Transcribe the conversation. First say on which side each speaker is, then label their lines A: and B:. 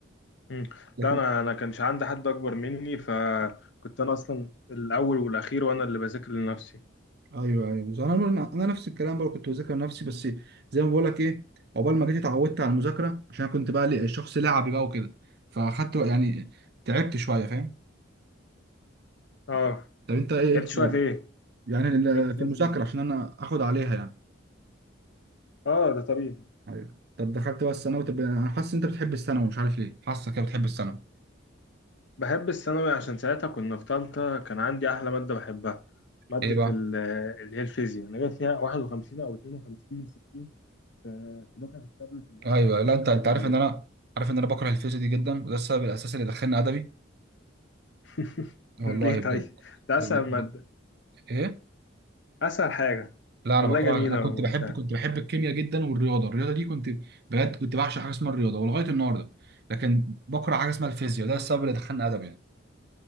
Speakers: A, on the left; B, on the right.
A: مم.
B: لكن
A: لا انا انا كانش عندي حد اكبر مني فكنت انا اصلا الاول والاخير وانا اللي بذاكر لنفسي
B: ايوه ايوه بس انا انا أنا نفس الكلام برضه كنت بذاكر نفسي بس زي ما بقول لك ايه عقبال ما جيت اتعودت على المذاكره عشان أنا كنت بقى لي- شخص لعبي بقى وكده فاخدت وق- يعني تعبت شويه فاهم
A: اه
B: طب انت ايه
A: لعبت شوية
B: لا،
A: في ايه
B: يعني ال-
A: لعبت شوية
B: في المذاكره
A: ازاي
B: عشان انا اخد عليها يعني
A: اه ده طبيعي
B: ايوه طب دخلت بقى الثانوي طب انا حاسس إن انت بتحب الثانوي مش عارف ليه حاسك كده بتحب الثانوي
A: بحب الثانوي عشان ساعتها كنا في تالتة كان عندي أحلى مادة بحبها مادة
B: ايه بقى
A: ال- اللي هي الفيزياء أنا جايب فيها 51 أو 52 من 60 ف- في دفعة التابلت اللي هي
B: ايوه
A: أصلا
B: لا
A: مش
B: انت
A: حد
B: انت
A: بي
B: عارف ان انا عارف ان انا بكره الفيزياء دي جدا وده السبب الاساسي اللي دخلني ادبي
A: <laughs>
B: والله
A: ليه
B: بجد
A: طيب ده
B: بجد.
A: أسهل مادة
B: ايه
A: أسهل حاجة
B: لا انا
A: والله
B: بكرهها
A: جميلة
B: انا كنت
A: وممتعة
B: بحب كنت بحب الكيمياء جدا والرياضه الرياضه دي كنت بجد كنت بعشق حاجه اسمها الرياضه ولغايه النهارده لكن بكره حاجه اسمها الفيزياء ده السبب اللي دخلني ادب يعني